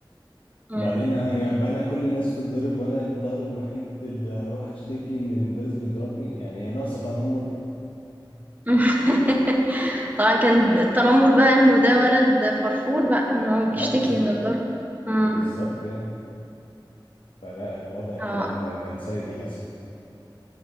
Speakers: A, on the right; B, on the left.
A: مم.
B: وبعدين يبقى انا كل الناس بتتضرب وانا الطالب الوحيد اللي هروح اشتكي ان المدرس بيضربني يعني هي ناقصه تنمر
A: <laughs> طبعا كان التنمر بقى إنه ده ولد فرفور بقى إن هو بيشتكي
B: اه بالظبط
A: من الضرب مم.
B: بالظبط يعني فلا الوضع كان
A: اه
B: كان سيء للاسف